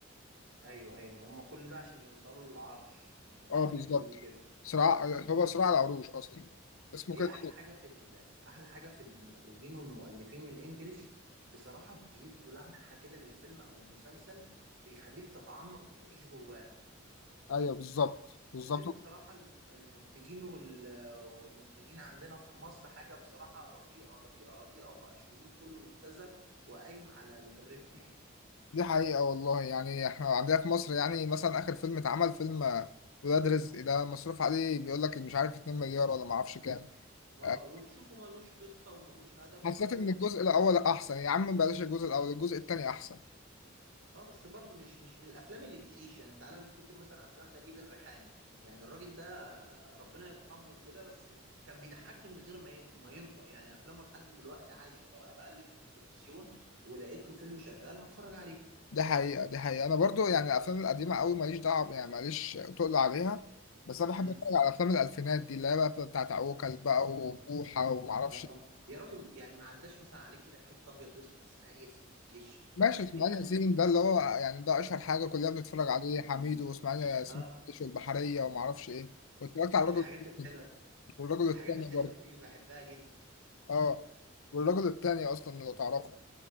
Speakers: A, on the right; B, on the left.
A: ايوه ايوه هم كل ده عشان يوصلوا للعرش انا كان اصحابي
B: اه بالظبط
A: بيقولوا كده
B: صراع هو صراع العروش اصلا اسمه
A: هي
B: كده
A: احلى حاجه في ال... احلى حاجه في المخرجين والمؤلفين الانجليش بصراحه بيدوا لمحه كده للفيلم او المسلسل بيخليك تتعمق وتعيش جواه
B: ايوه بالظبط بالظبط
A: غير بصراحه ال- المنتجين وال... والمخرجين عندنا في مصر حاجه بصراحه رديئه رديئه رديئه وبقى شغلهم كله مبتذل وقايم على الربح
B: دي حقيقة والله يعني احنا عندنا في مصر يعني مثلا اخر فيلم اتعمل فيلم آه، ولاد رزق ده مصروف عليه بيقول لك مش عارف 2 مليار ولا ما اعرفش كام
A: اه
B: آه،
A: وتشوفه ملوش قصه وملوش هدف
B: حسيت
A: وافلام
B: ان
A: مش
B: الجزء الاول احسن يا عم بلاش الجزء الاول الجزء التاني احسن
A: اه بس برضه مش مش من الافلام اللي بتعيش يعني تعالى نفتكر مثلا افلام نجيب الريحاني يعني الراجل ده ربنا يرحمه وكده بس كان بيضحكني من غير ما ي- ما ينطق يعني افلامه لحد دلوقتي عايشه لو انا بقلب في التلفزيون ولقيت له فيلم شغال هتفرج عليه
B: دي حقيقة دي حقيقة انا برضو يعني الافلام القديمة قوي ماليش دعوة يعني ماليش تقل عليها بس انا بحب
A: امم
B: اتفرج على افلام الالفينات دي اللي هي بقى بتاعت عوكل بقى وبوحة ومعرفش
A: اه يا راجل يعني ما عداش مثلا عليك كده حته ابيض واسود اسماعيل ياسين في الجيش يعني
B: ماشي اسماعيل ياسين ده اللي هو يعني ده اشهر حاجه كلنا بنتفرج عليه حميد واسماعيل ياسين
A: اه
B: فتش والبحريه وما اعرفش ايه واتفرجت على الرجل
A: الحاجات الحلوه دي
B: والرجل
A: الحاجات
B: التاني
A: الحلوه
B: برضه
A: دي بحبها جدا
B: اه والرجل التاني اصلا لو تعرفه